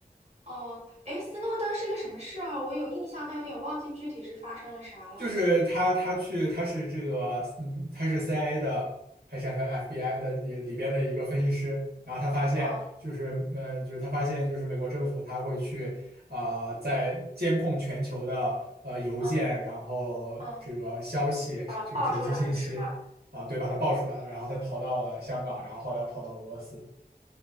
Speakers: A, on the right; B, on the right.
A: 哦，哎，斯诺登是个什么事儿？我有印象，但有点忘记具体是发生了啥了。
B: 就是他，他去，他是这个，嗯，他是 CIA 的还是 F FBI 的里里边的一个分析师。然后他发现，
A: 嗯
B: 就是呃，就是他发现，就是美国政府他会去啊、在监控全球的呃邮件，
A: 嗯
B: 然后这个消息，
A: 嗯，就把它爆出来了，
B: 这个手机信息啊、
A: 是吧？
B: 对，把它爆出来了。然后他逃到了香港，然后后来又逃到俄罗斯。